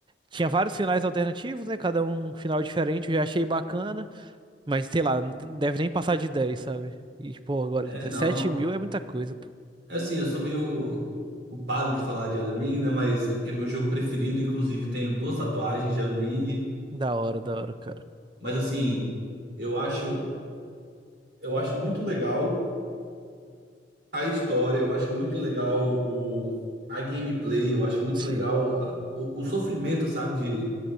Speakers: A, on the right; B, on the right.
A: Tinha vários finais alternativos, né? Cada um um final diferente, eu já achei bacana. Mas, sei lá, não te- deve nem passar de 10, sabe? E, pô, agora
B: É,
A: 17
B: não.
A: mil é muita coisa, pô.
B: É assim, eu sou meio culpado de falar de Elden Ring, né, mas é porque é meu jogo preferido. Inclusive, tenho duas tatuagens de Elden Ring.
A: Da hora, da hora, cara.
B: Mas, assim, eu acho, eu acho muito legal. a história, eu acho muito legal o, a gameplay, eu acho muito
A: Sim,
B: legal a- o, o sofrimento, sabe? De,